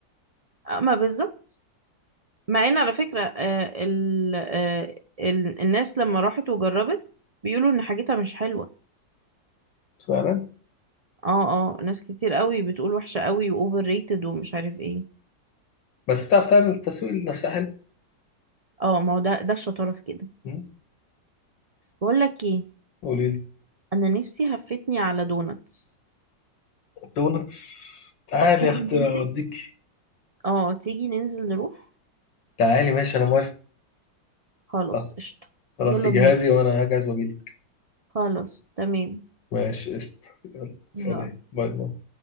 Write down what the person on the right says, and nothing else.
آه، ما بالظبط مع ان على فكره آه ال آه ال الناس لما راحت وجربت بيقولوا ان حاجتها مش حلوه
اه اه ناس كتير قوي بتقول وحشه قوي واوفر ريتد ومش عارف ايه
اه ما هو ده ده الشطاره في كده
بقول لك ايه
انا نفسي هفتني على دونتس
تيجي
ننزل
اه تيجي ننزل نروح
خلاص
قشطه
يلا
بينا
خلاص تمام
يلا